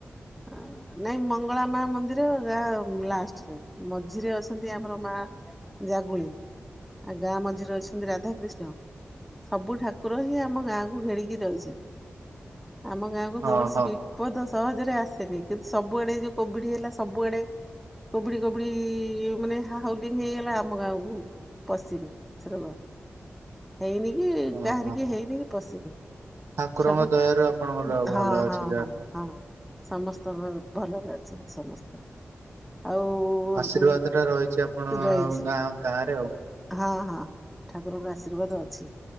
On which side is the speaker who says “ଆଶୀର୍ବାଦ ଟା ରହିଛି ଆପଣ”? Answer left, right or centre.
Right